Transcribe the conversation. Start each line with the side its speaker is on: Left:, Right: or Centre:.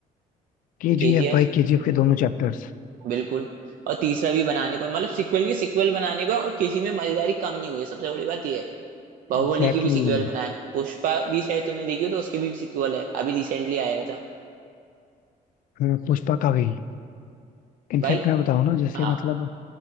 Left: केजीएफ
Right: केजीएफ
Left: भाई केजीएफ के दोनों चैप्टर्स
Right: बिल्कुल और तीसरा भी बनाने को मतलब सीक्वल की सीक्वल बनाने को है, और किसी में मजेदारी कम नहीं हुई है सबसे बड़ी बात यह है बाहुबली
Left: Exactly
Right: की भी सीक्वल
Left: exactly.
Right: बनाए पुष्पा भी शायद तुमने देखी हो तो उसकी भी सीक्वल है अभी रिसेंटली आया था
Left: हाँ, पुष्पा का भी इनफैक्ट
Right: भाई
Left: मैं बताऊं ना जैसे
Right: हाँ
Left: मतलब